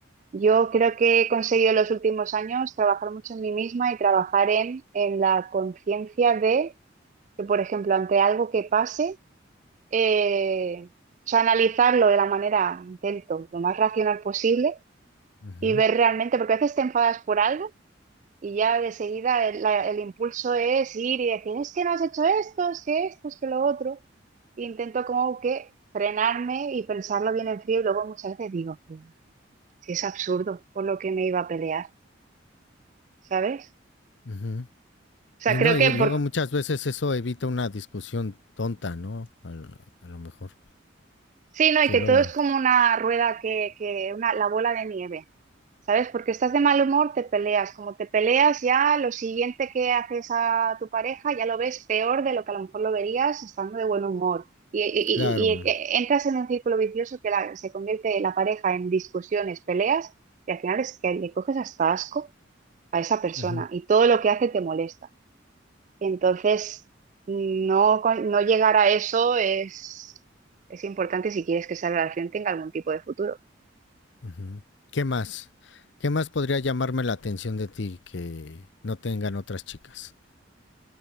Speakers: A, on the right (about 40°); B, on the left (about 65°).
A: Yo creo que he conseguido en los últimos años trabajar mucho en mí misma y trabajar en, en la conciencia de que, por ejemplo, ante algo que pase, eh, o sea, analizarlo de la manera, intento, lo más racional posible
B: ujú,
A: y ver realmente, porque a veces te enfadas por algo y ya de seguida el, la- el impulso es ir y decir, es que no has hecho esto, es que esto, es que lo otro. E intento como que frenarme y pensarlo bien en frío y luego muchas veces digo, si es absurdo por lo que me iba a pelear, ¿sabes?
B: ujú.
A: O sea,
B: Y no,
A: creo
B: y
A: que
B: luego
A: por...
B: muchas veces eso evita una discusión tonta, ¿no? Al- a lo mejor.
A: Sí, no, y
B: Que
A: que
B: luego,
A: todo es como una rueda que, que una, la bola de nieve. ¿Sabes? Porque estás de mal humor, te peleas. Como te peleas, ya lo siguiente que haces a tu pareja ya lo ves peor de lo que a lo mejor lo verías estando de buen humor. Y, y- y-
B: claro.
A: y e- entras en un círculo vicioso que la- se convierte la pareja en discusiones, peleas, y al final es que le coges hasta asco a esa persona
B: Ujú,
A: y todo lo que hace te molesta. Entonces, no, co- no llegar a eso es, es importante si quieres que esa relación tenga algún tipo de futuro.
B: ujú. ¿Qué más? ¿Qué más podría llamarme la atención de ti que no tengan otras chicas?